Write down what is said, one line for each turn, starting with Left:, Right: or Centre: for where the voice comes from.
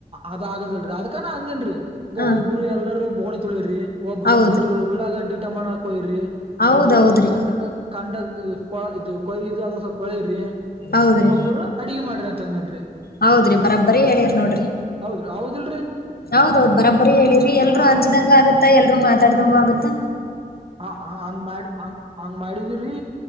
Right: ಅದ್ ಆಗದಲ್ರರಿ ಅದ್ಕಾನ ಅಂದೇನ್ರರಿ ಈಗ
Left: ಹ
Right: ಒಬ್ಬರು ಎಲ್ಲಾರೂ ಬೋಣಿ ತುಳಿರಿ ಒಬ್ರು
Left: ಹೌದು
Right: ಒಂದಿಷ್ಟು ಉಳ್ಳಾಗಡ್ಡಿ ತಟಮ್ಮಣಕ್ಯ್ರಿ
Left: ಹೌದೌದ್ರಿ
Right: ಒಬ್ಬರು ಅದ ಕಂಡ ಕಂಡಕ್ ಕೊ ಇದು ಕೊಯ್ ಇದು ಅದ್ ಸ್ವಲ್ಪ ಹೊಳ್ರಿ
Left: ಹೌದ್ರಿ
Right: ಒಬ್ಬರು ಅಡಗೆ ಮಾಡ್ರಿ ಅಂತ ಅಂದನ್
Left: ಹೌದ್ರಿ ಬರಾಬ್ಬರಿ ಹೇಳಿರ್ ನೋಡಿರಿ
Right: ಹೌದ್ರಿ ಹೌದಿಲ್ರಿ
Left: ಹೌದೌದು್ ಬರಾಬ್ಬರಿ ಹೇಳಿರಿ ಎಲ್ರರು
Right: ಹಾ
Left: ಹಂಜದಂಗ ಆಗುತ್ತಾ ಎ ರು ಮಾತಾಡ್ದಂಗ ಆಗುತ್ತಾ
Right: ಹ ಹಂಗ್ ಮಾಡಿ ಹ ಹಂಗ್ ಮಾಡಿದ್ರಿ